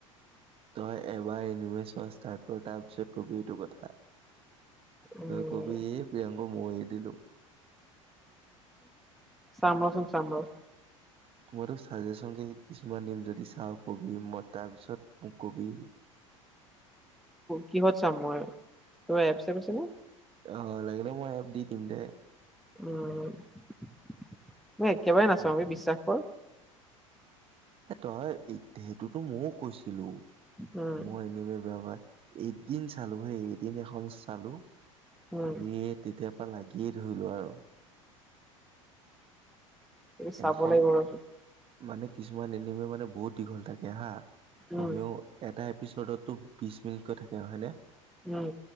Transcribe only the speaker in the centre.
উম
চাম ৰ চোন চাম ৰ
কিহত চাম মই কিবা এপ চেপ আছে নে?
উম মই একেবাৰে নাচাও এ বিশ্বাস কৰ।
উম
উম
চাব
লাগিব ৰচোন
উম
উম